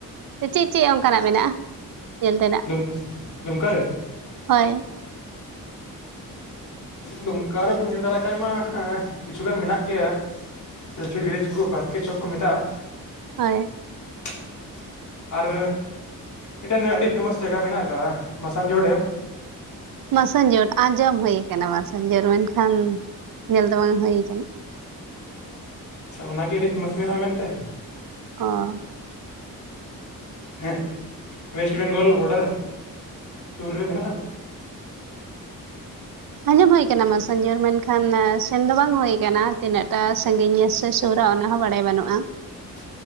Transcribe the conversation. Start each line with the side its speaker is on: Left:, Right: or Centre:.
Right: ᱪᱮᱫ ᱪᱮᱫ ᱚᱱᱠᱟᱱᱟᱜ ᱢᱮᱱᱟᱜᱼᱟ᱾ ᱧᱮᱞ ᱛᱮᱱᱟᱜ
Left: ᱫᱩᱢ ᱫᱩᱢᱠᱟ ᱨᱮ?
Right: ᱦᱳᱭ,
Left: ᱫᱩᱢᱠᱟ ᱨᱮᱵᱮᱱ ᱧᱮᱞ ᱫᱟᱨᱟᱭ ᱠᱷᱟᱡ, ᱢᱟ ᱠᱤᱪᱷᱩ ᱜᱟᱱ ᱢᱮᱱᱟᱜ ᱜᱮᱭᱟ᱾ ᱥᱮᱞᱯᱷᱤ ᱵᱨᱮᱤᱡ ᱠᱚ ᱵᱟᱥᱠᱮᱴ ᱪᱚᱠ ᱠᱚ ᱢᱮᱛᱟᱜᱼᱟ᱾
Right: ᱦᱚᱭ,
Left: <inaudible> ᱟᱨ ᱢᱤᱫᱴᱮᱱ ᱟᱹᱰᱤ ᱯᱷᱮᱢᱟᱥ ᱡᱟᱭᱜᱟ ᱢᱮᱱᱟᱜ ᱠᱟᱟᱜᱼᱟ, ᱢᱟᱥᱟᱱᱡᱳᱲ ᱰᱮᱢ᱾
Right: ᱢᱟᱥᱟᱝᱡᱳᱴ ᱟᱸᱡᱚᱢ ᱦᱳᱭ ᱠᱟᱱᱟ, ᱢᱟᱥᱟᱝᱡᱳᱴ ᱢᱮᱱᱠᱷᱟᱱ ᱧᱮᱞ ᱫᱚ ᱵᱟᱝ ᱦᱳᱭ ᱠᱟᱱᱟ᱾
Left: ᱟᱪᱪᱷᱟ ᱚᱱᱟᱜᱮ ᱟᱹᱰᱤ ᱯᱷᱮᱢᱟᱥ ᱢᱮᱱᱟᱜᱼᱟ ᱢᱮᱱᱛᱮ᱾
Right: ᱚ, ᱾
Left: ᱦᱮᱸ ᱚᱭᱮᱥᱴ ᱵᱮᱝᱜᱚᱞ ᱵᱳᱰᱟᱨ, ᱥᱩᱨ ᱨᱮ ᱢᱮᱱᱟᱜᱼᱟ᱾
Right: ᱟᱸᱡᱚᱢ ᱦᱳᱭ ᱠᱟᱱᱟ ᱢᱟᱥᱟᱡᱚᱨ ᱢᱮᱱᱠᱷᱟᱱ ᱥᱮᱱ ᱫᱚ, ᱵᱟᱝ ᱦᱳᱩ ᱠᱟᱱᱟ, ᱛᱤᱱᱟᱹᱜ ᱴᱟ ᱥᱟᱹᱜᱤᱧ ᱥᱮ ᱥᱩᱨᱟ ᱚᱱᱟ ᱦᱚᱸ ᱵᱟᱲᱟᱭ ᱵᱟᱹᱱᱩᱜᱼᱟ᱾
Left: <inaudible>